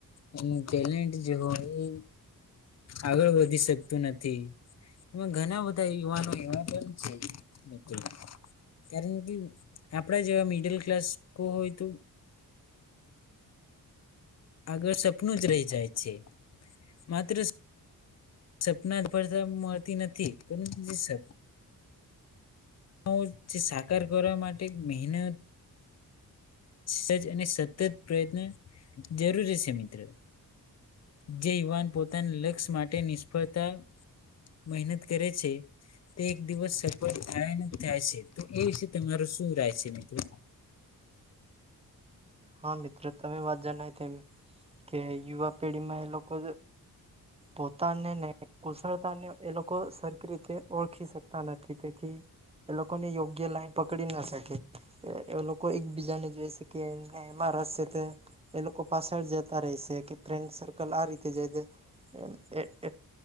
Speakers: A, on the left; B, on the right.
A: એમનું ટેલેન્ટ જે હોય એ આગળ વધી શકતું ન એમાં ઘણા બધા યુવાનો એવા છે મિત્રો. કારણ કે આપડા જેવા મિડલ ક્લાસ હોય તો આગળ સપનું જ રહી જાય છે માત્ર સપના જ ભરતા મળતી નથી પરંતુ સપ હ જે સાકાર કરવા માટે મહેનત સજજ અને સતત પ્રયત્ન જરૂરી છે મિત્રો. જે યુવાન પોતાના લક્ષ્ય માટે નિષ્ફળતા મહેનત કરે છે તે એક દિવસ સફળ થાય થાય છે તો એ વિશે તમારો શું રાય છે મિત્રો?
B: હા મિત્રો તમે વાત જણાવ એમ કે યુવા પેઢીમાં એ લોકો પોતાને ને કુશળતા ને એ લોક કો સરખી રીતે ઓળખી શકતા ન થી તેથી એ લોકોને યોગ્ય લાઈન પકડી ન શકે, એ લોકો એકબીજાને જોઈ શકે એમાં રસેલ તે એ લોકો પાસળ જતા રેય સે કે ફ્રેન્ડ સર્કલ આ રીતે જાય તે એ એ